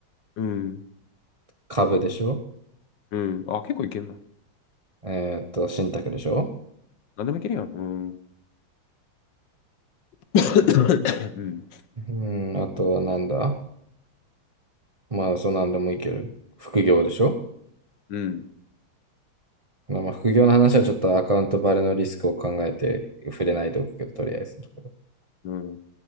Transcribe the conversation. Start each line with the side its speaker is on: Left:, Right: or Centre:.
Left: うん。
Right: 株でしょ
Left: うん。あ、結構いけんな。
Right: えーっと、信託でしょ
Left: 何でもいけるやん。うん。<laughs> <coughs> うん。
Right: うーん、あとはなんだまあ、そうなんでもいいけど、副業でしょ
Left: うん。
Right: まあ、まあ副業の話はちょっとアカウントバレのリスクを考えて触れないでおくけど、とりあえずのところ。
Left: うん。